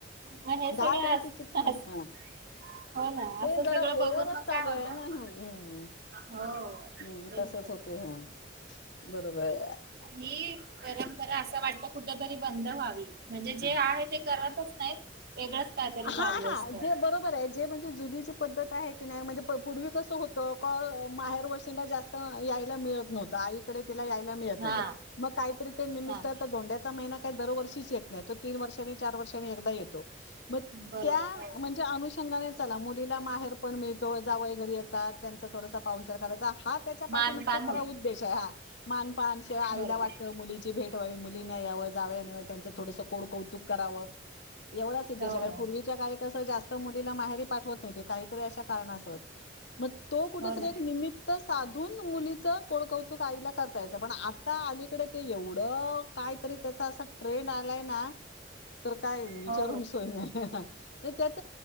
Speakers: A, on the right (about 60°); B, on the left (about 75°).
A: मग हे सगळं
B: दहा किलोची
A: अस
B: चक्क
A: अस-
B: ह
A: हो ना
B: ते
A: असं सगळं
B: जरा
A: बघून
B: ओवर्हच
A: मग
B: चालू
A: काय
B: आहे
A: होतं
B: ना हम्म
A: हो तेच
B: तसच होते हं बरो बर.
A: हि परंपरा असं वाटत कुठ तरी बंद व्हावी. म्हणजे जे
B: हा,
A: आहे ते करतच नाहीत वेगळंच काहीतरी
B: हा
A: चालू
B: हा
A: असतं
B: जे बरोबर आहे जे म्हणजे जुनीची पद्धत आहे की नाही म्हणजे पूर्वी कसं होत का माहेर वर्षीला जास्त यायला मिळत नव्हतं. आईकडे तिला यायला मिळत
A: हा
B: नव्हतं मग काहीतरी ते निमित्त
A: हा
B: धोंड्याचा महिना काय दरवर्षी ये तो तीन वर्षानी चार वर्षां नी एकदा येतो मग
A: बरोबर
B: त्या
A: हो
B: म्हणजे अनुषंगाने चला मुलीला माहेर पण मिळतो जावई घरी का त्यां च थोडसा पांहुनचार करायचा हा त्याच्या
A: मानपान
B: पाठीमागचा खरा
A: होत
B: उद्देश आहे हा. मान पान शिवाय
A: बरोबर
B: आईला वाटत मुलीची भेट होय मुलीन यावं जावन त्यांंच थोड कोड कौतुक करावं. एवढाच उद्देश
A: हो
B: कारण
A: हो
B: पूर्वीच्या काळी कस जास्त मुलीला माहेरी पाठवत नव्हते काहीतरी अशा कारणासह मग तो कुठ
A: हो
B: तरी
A: ना
B: एक निमित्तचं साधून मुलीच कोडकौतुक आईला करता यायचं पण आता अलीकडे ते एवढं काय तरी त्याचा अस ट्रेंड आ लय नाय तर काय विचारून
A: हो
B: सोय नाही त्याच